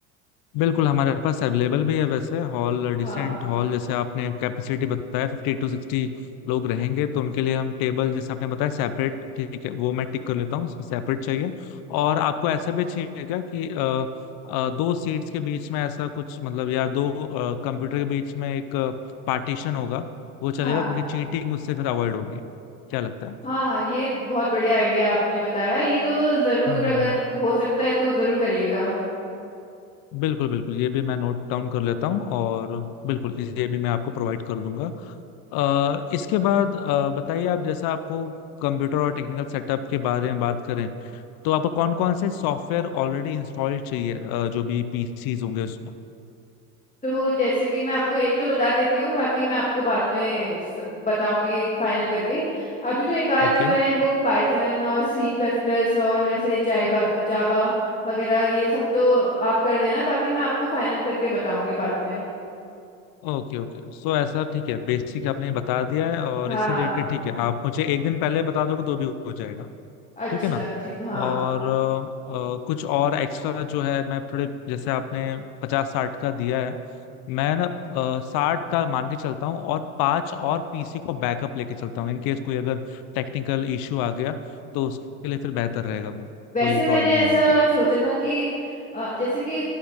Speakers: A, on the left; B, on the left.
A: बिल्कुल हमारे पास अवेलेबल भी है वैसे हॉल डिसेंट
B: हाँ
A: हॉल जैसे आपने कैपेसिटी बताया फिफ्टी टू सिक्सटी लोग रहेंगे तो उनके लिए हम टेबल जैसे आपने बताया सेपरेट ठीक है वो मैं टिक कर लेता हूँ सेपरेट चाहिए और आपको ऐसा भी चाहिए क्या कि अ, अ, दो सीट्स के बीच में ऐसा कुछ मतलब या दो कंप्यूटर के बीच में एक पार्टीशन होगा वो चलेगा
B: हाँ
A: क्योंकि चीटिंग उससे फिर अवॉइड होगी क्या लगता है आपको?
B: हाँ हाँ, ये बहुत बढ़िया आइडिया आपने बताया ये तो जरूर
A: हम्म
B: अगर
A: हम्म हम्म।
B: हो सकता है तो जरूर करिएगा
A: बिल्कुल बिल्कुल ये भी मैं नोट डाउन कर लेता हूँ और बिल्कुल ये भी मैं आपको प्रोवाइड कर दूंगा अ, इसके बाद अ, बताइए आप जैसा आपको कंप्यूटर और टेक्निकल सेटअप के बारे में बात करें तो आपको कौन कौन से सॉफ्टवेयर ऑलरेडी इंस्टॉल्ड चाहिए अ, जो भी पीसीज होंगे उसमें
B: तो जैसे कि मैं आपको एक तो बता देती हूँ बाकी मैं आपको बाद में स- बताऊंगी फाइनल करके अभी तो एक आध
A: Okay
B: जो है वो पाइथन और सी प्लस प्लस और ऐसे जावा जावा वगैरह ये सब तो आप कर देना बाकी मैं आपको फाइनल करके बताऊंगी बाद में
A: okay okay सो ऐसा ठीक है बेसिक आपने बता दिया है और
B: हाँ
A: इससे रिलेटेड ठीक है आप मुझे एक दिन पहले बता दोगे तो भी हो जाएगा
B: अच्छा
A: ठीक है ना
B: ठीक हाँ
A: और अ, अ, कुछ और एक्स्ट्रा जो है मैं थोड़े जैसे आपने पचास साठ का दिया है मैं ना साठ का मान के चलता हूँ और पांच और पीसी को बैकअप लेके चलता हूँ इन केस कोई अगर टेक्निकल इश्यू आ गया तो उसके लिए फिर बेहतर रहेगा वो
B: वैसे
A: कोई
B: मैंने
A: प्रॉब्लम नहीं
B: ऐसा
A: आएगी
B: सोचा था कि अ, जैसे कि